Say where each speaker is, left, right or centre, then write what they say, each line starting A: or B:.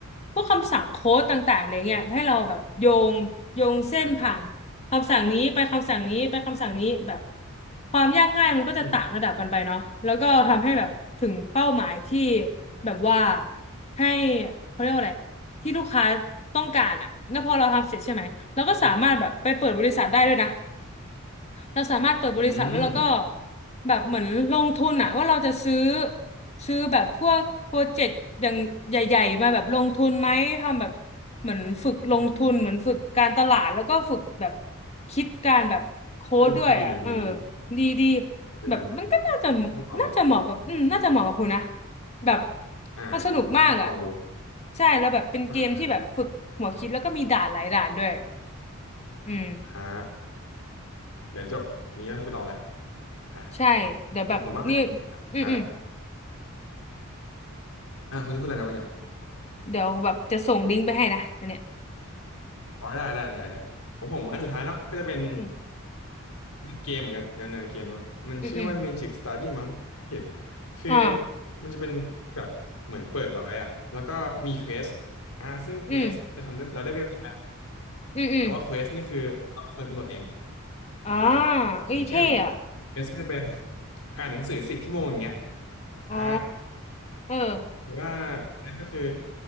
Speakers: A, on the left; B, on the left.
A: พวกคำสั่งโค้ดต่างๆอะไรเงี้ยให้เราแบบโยงโยงเส้นผ่านคำสั่งนี้ไปคำสั่งนี้ไปคำสั่งนี้แบบ
B: อ่า
A: ความยากง่ายมันก็จะต่างระดับกันไปเนาะแล้วก็ทำให้แบบถึงเป้าหมายที่
B: อืม
A: แบบว่าให้เขาเรียกว่าอะไรที่ลูกค้าต้องการอ่ะแล้วพอเราทำเสร็จใช่ไหมเราก็สามารถแบบไปเปิดบริษัทได้ด้วยนะ
B: อืม
A: เราสามารถเปิดบริษัทแล้วเราก็
B: อืม
A: แบบเหมือนลงทุนอะว่าเราจะซื้อซื้อแบบพวกโปรเจกต์อย่างใหญ่ๆมาแบบลงทุนไหมทำแบบเหมือนฝึกลงทุนเหมือนฝึกการตลาดแล้วก็ฝึกแบบ
B: อืม
A: คิดการแบบโค้ดด้วยอะเออ
B: เออดีอ่ะดีดี
A: ดีดี
B: เออดีมาก
A: แบบมันก็น่าจะ
B: ต้องลองเลย
A: น่าจะเหมาะกับอืมน่าจะเหมาะกับคุณนะแบบ
B: อ่าแต่ผมต้องลองดู
A: มันสนุกมากอะใช่แล้วแบบเป็นเกมที่แบบฝึกหัวคิดแล้วก็มีด่านหลายด่านด้วย
B: อ่าอ่า
A: อืม
B: อ่าเดี๋ยวจบนี้ต้องไปลองแหละอ่ะ
A: ใช่เดี๋ยวแบบนี่
B: ของผมบ้างเลยอันสุดท้ายแล้ว
A: อืมอืม
B: อ่าคุณจะพูดอะไรนะเมื่อกี้
A: เดี๋ยวแบบจะส่งลิงก์ไปให้นะอันเนี้ย
B: อ๋อได้ได้ได้ได้ของผมอันสุดท้ายเนาะก็จะเป็น
A: โอเคอืม
B: เป็นเกมเหมือนกันแนวแนวเกมเนาะมันชื่อว่า
A: อืมอืม
B: Magic Study มั้งผิดคือ
A: อ่า
B: มันจะเป็นแบบเหมือนเปิดไว้อะแล้วก็มีเควสอ่าซึ่งเควสจะทำได้เราได้เวลา
A: อืมอืมอืม
B: แต่ว่าเควสนี่คือเราเป็นคนกำหนดเองอ่า
A: อ่าเอ้ยเท่อะ
B: อย่างเช่นเควสก็จะเป็นอ่านหนังสือสิบชั่วโมงอย่างเงี้ย
A: อ๋อ
B: อ่า
A: เออ
B: หรือว่าเคสก็คือ